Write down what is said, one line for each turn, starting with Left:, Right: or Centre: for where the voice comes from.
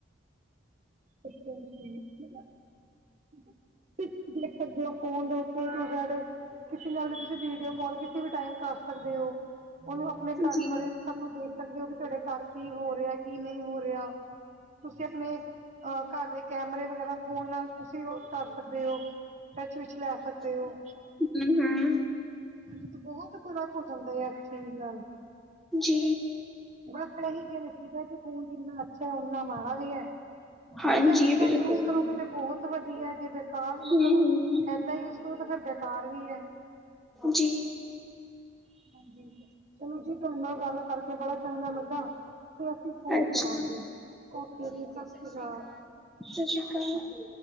Right: ਅੱਛਾ-ਅੱਛਾ ਮਤਲਬ ਮਤਲੱਬ ਤੁਸੀਂ ਦੇਖ ਸਕਦੇ ਹੋ। ਫੋਨ ਦੇ <unintelligible> ਕਿਸੇ ਨਾਲ ਵੀ ਤੁਸੀਂ ਵੀਡੀਓ ਕੋਲ ਕਿਸੇ, ਫੇਰ ਟਾਈਮ ਕਰ ਸਕਦੇ ਹੋ। ਉਹਨੂੰ ਅਪ ਅਪਣੇ ਘਰ
Centre: ਜੀ
Right: ਬਾਰੇ ਵੀ ਸੱਭ ਨੂੰ ਦੇਖ ਸਕਦੇ ਹੋ ਵੀ ਤੁਹਾਡੇ ਘਰ ਕੀ ਹੋ ਰਿਹਾ, ਕੀ ਨਹੀਂ ਹੋ ਰਿਹਾ। ਤੁਸੀਂ ਆਪਣੇ ਅ ਘਰ ਦੇ ਕੈਮਰੇ ਵਗੈਰਾ ਫੋਨ ਨਾਲ ਤੁਸੀਂ ਉਹ ਕਰ ਸਕਦੇ ਹੋ। ਟੱਚ ਵਿੱਚ ਲੈ ਸਕਦੇ ਹੋ।
Centre: ਹੰ-ਹੰ
Right: ਹਾਂਜੀ ਤੇ ਬਹੁਤ ਫਰਕ ਹੋ ਜਾਂਦਾ ਏ, ਇਸ ਚੀਜ਼ ਨਾਲ।
Centre: ਜੀ
Right: ਮਤਲੱਬ ਫੇਰ ਏਹੀ ਕਹਿ ਮੁਕਦਾ ਫੋਨ ਜਿੰਨਾ ਅੱਛਾ ਉੱਨਾਂ ਮਾੜਾ ਵੀ ਐ।
Centre: ਹਾਂਜੀ
Right: ਸਹੀ ਤਰ੍ਹਾਂ
Centre: ਬਿਲਕੁਲ
Right: ਯੂਜ ਕਰੋਗੇ ਤੇ ਬਹੁਤ ਬਹੁਤ ਵਧੀਆ, ਜੇ ਬੇਕਾਰ ਮਤਲਬ
Centre: ਹੂੰ-ਹੂੰ
Right: ਇਦਾਂ ਹੀ ਯੂਜ਼ ਕਰੋ ਤੇ ਫਿਰ ਬੇਕਾਰ ਵੀ ਹੈ।
Centre: ਜੀ।
Right: ਹਾਂਜੀ ਤੇ ਮੈਨੂੰ ਜੀ ਤੁਹਾਡੇ ਨਾਲ ਗੱਲ ਕਰਕੇ ਬੜਾ ਚੰਗਾ ਲੱਗਾ। ਤੇ ਅਸੀਂ ਫ਼ੋਨ
Centre: ਅੱਛਾ
Right: ਕਰਾਂਗੇ। ਓਕੇ ਜੀ, ਸਤਿ ਸ਼੍ਰੀ ਅਕਾਲ।
Centre: ਸਤਿ ਸ਼੍ਰੀ ਅਕਾਲ।